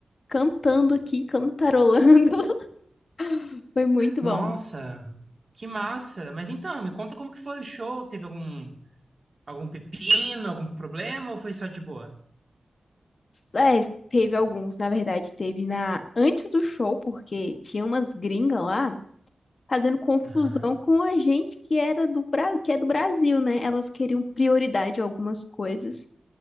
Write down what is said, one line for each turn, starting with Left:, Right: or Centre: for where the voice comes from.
Left: cantando aqui, cantarolando. <laughs> Foi muito
Right: Nossa,
Left: bom.
Right: que massa! Mas então, me conta como que foi o show? Teve algum algum pepino, algum problema ou foi só de boa?
Left: É, teve alguns, na verdade, teve na antes do show, porque tinha umas gringas lá fazendo confusão
Right: Aham.
Left: com a gente que era do Bra... que é do Brasil, né? Elas queriam prioridade a algumas coisas